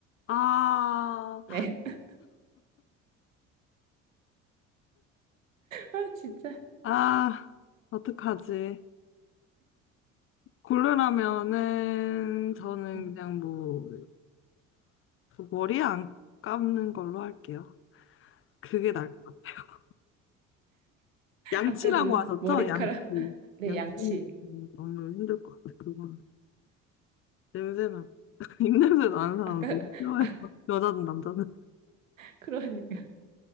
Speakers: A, on the left; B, on the right.
A: 아,
B: 네. <laughs> 아, 진짜.
A: 아, 어떡하지? 고르라면은 저는
B: 네.
A: 그냥 뭐 머리 안 감는 걸로 할게요. 그게 나을 것 같아요. 양치라고
B: 아까 그
A: 하셨죠?
B: 머리카락.
A: 양치.
B: <laughs> 네,
A: 양치
B: 양치.
A: 너무 힘들 것 같아요. 그건 냄새 나. <laughs> 입냄새 나는 사람
B: 아까,
A: 너무 싫어해요.
B: 아,
A: 여자든 남자든.
B: 그러니까.